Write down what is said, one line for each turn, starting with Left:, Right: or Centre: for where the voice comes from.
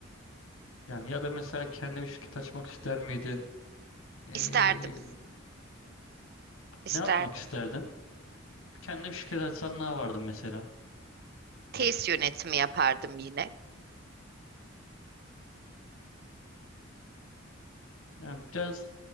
Left: Yani ya da mesela kendi bir şirket açmak ister miydin? Ee,
Right: İsterdim, isterdim.
Left: ne yapmak isterdin? Kendi bir şirket açsan ne yapardın mesela?
Right: Tesis yönetimi yapardım yine.
Left: Yani biraz